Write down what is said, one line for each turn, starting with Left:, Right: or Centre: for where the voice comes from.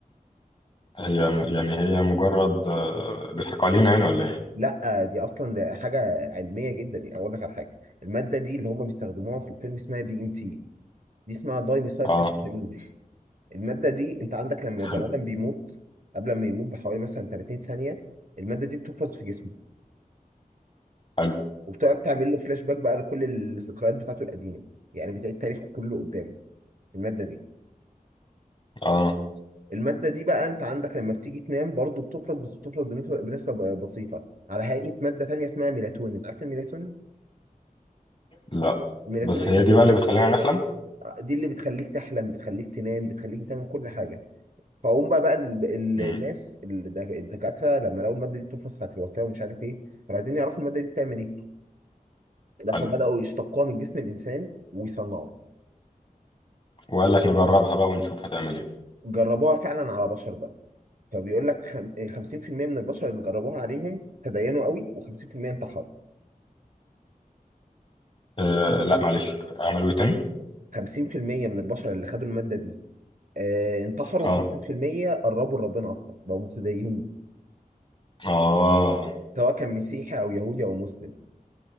Left: هي يعني هي مجرد آه، بيضحكوا علينا يعني ولا ايه؟
Right: لا دي اصلا ده حاجه علميه جدا يعني اقول لك على حاجه الماده دي اللي هم بيستخدموها في الفيلم اسمها دي ام تي دي اسمها دايميثايل
Left: اه
Right: تريبتامين الماده دي انت عندك لما البني
Left: حلو
Right: ادم بيموت قبل ما يموت بحوالي مثلا 30 ثانيه الماده دي بتحفظ في جسمه
Left: حلو
Right: وبتقعد تعمل له فلاش باك بقى لكل الذكريات بتاعته القديمه يعني بتعيد تاريخه كله قدامه الماده دي
Left: اه
Right: المادة دي بقى انت عندك لما بتيجي تنام برضو بتفرز بس بتفرز بنسبة بنسبة ب- بسيطة على هيئة مادة تانية اسمها ميلاتونين انت عارف الميلاتونين؟
Left: لا
Right: الميلاتونين
Left: بس هي دي
Right: دي,
Left: بقى اللي بتخلينا نحلم
Right: دي اللي بتخليك تحلم بتخليك تنام بتخليك بتعمل كل حاجة فهم بقى بقى ال- ال-
Left: مم.
Right: الناس الد- الدكاترة لما لقوا المادة دي بتفرز ساعة الوفاة ومش عارف ايه كانوا عايزين يعرفوا المادة دي بتعمل ايه راحوا
Left: حلو
Right: بدأوا يشتقوها من جسم الإنسان ويصنعوها
Left: وقال لك نجربها بقى ونشوف هتعمل ايه
Right: جربوها فعلا على بشر بقى فبيقول لك خم- 50% من البشر اللي جربوها عليهم تدينوا قوي و50% انتحروا
Left: آه لا معلش عملوا ايه تاني؟
Right: 50% من البشر اللي خدوا المادة دي آه، انتحروا
Left: اه
Right: 50% قربوا لربنا أكتر بقوا متدينين
Left: اه
Right: سواء كان مسيحي أو يهودي أو مسلم